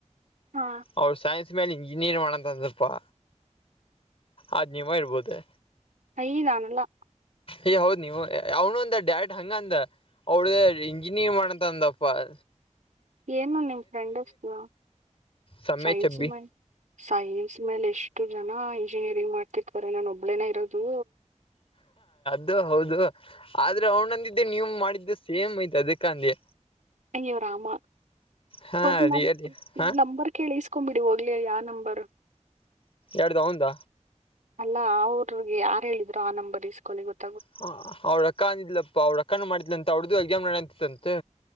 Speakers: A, on the right; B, on the left.
A: ಹಾ
B: ಅವರು ಸೈನ್ಸ್ ಮೇಲೆ ಇಂಜಿನಿಯರಿ್ ಮಾಡಣ ತಂದಪಾ ಅದ್ ನೀಮ್ಮ ಇರ್ಬೋದೆ
A: ಯ ನಾನಲ್ಲಾ
B: ಏ್ ಹೌದ್ ನೀವು ಅವನು ಅಂದ ಡ್ಯಾರಡ್ ಹಂಗ ಅಂದ ಅವಳ್ದ ಇಂಜಿನಿಯರಿಂಗ್ ಮಾಡಂತ ಅಂದಪ್ಪ ಹ
A: ಏನು ನಿಮ್ ಫ್ರೆಂಡ್ಸ್ತ
B: ಸಮಯ
A: ಸೈನ್ಸ್
B: ಚಬ್ಬಿ
A: ಮ ಸೈನ್ಸ್ ಮೇಲೆ ಎಷ್ಟು ಇಷ್ಟು ಜನ ಇಂಜಿನಿಯರಿಂಗ್ ಮಾಡ್ತಿತಾರೆ ನಾನ ಒಬ್ಳೇನ ಇರೋದು
B: ದು ಹೌದು ಆದ್ರೆ ಅವ್ನಂದಿದ್ದೆ ನೀವು ಮಾಡಿದ್ದೆ ಸೇಮ್ ಐ್ತು ಅದಕ್ಕ ಅಂದೆ
A: ಹಂಗವ್ ರಾಮ
B: ಹಾ
A: ಒ ನ
B: ರಿಯಲಿ ಹಾ
A: ನಂಬರ್ ಕೇಳಸ್ಕೊಬಿಡಿ ಹೋಗ್ಲಿ ಯ ನಂಬರ್
B: ಎಡುದ ಹಿಂದ
A: ಅಲ್ಲಾ ಅವ್ರಿಗೆ ಯಾರು ಹೇಳಿದ್ರು ಆ ನಂಬರ್ ಇಸ್ಕೊೊಳ್ಳ ಗೊತ್ತ
B: ಹ ಅವ್್ರ ಅಕ್ಕ ಅಂದಿದಲಪ್ಪಾ ಅವ್ರ ಅಕ್ಕಾನ ಮಾಡಿದ್ಲ ಅಂತ ಅವಡ್ದು ಎಕ್ಸಾಮ್ ನಡಂತತ್ತುಂತೆ